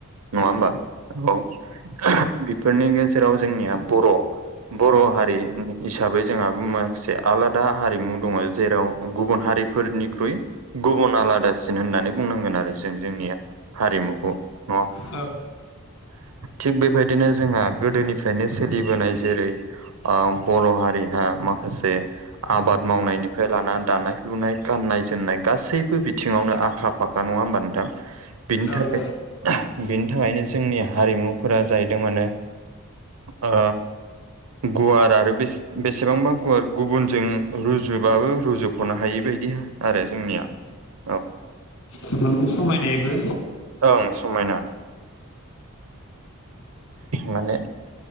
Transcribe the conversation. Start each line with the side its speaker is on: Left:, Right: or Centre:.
Right: नङा होमबा औ। बेफोरनि गेजेराव जोंनिया बर' बर' हारिनि हिसाबै जोंहाबो मासे आलादा हारिमु दङ जेराव गुबुन हारिफोरनिख्रुइ गुबुन आलादासिन होननानै बुंनांगोन आरो जों जोंनिया हारिमुखौ नङ
Left: औ
Right: थिग बेबायदिनो जोंहा गोदोनिफ्रायनो सोलिबोनाय जेरै ओ बर' हारिहा माखासे आबाद मावनायनिफ्राय लानानानै दानाय लुनाय गाननाय जोमनाय गासैबो बिथिङावनो आखा फाख्रा नङा होमबा नोंथां?
Left: <inaudible>
Right: बेनि थाखाय
Left: औ
Right: बेनि थाखायनो जोंनि हारिमुफोरा जाहैदों माने ओ गुवार आरो बेसेबांबा गुवार गुबुनजों रुजुबाबो रुजुख'नो हायि बायदि आरो जोंनिया औ
Left: गोबां समायनायबो
Right: ओं समायना। माने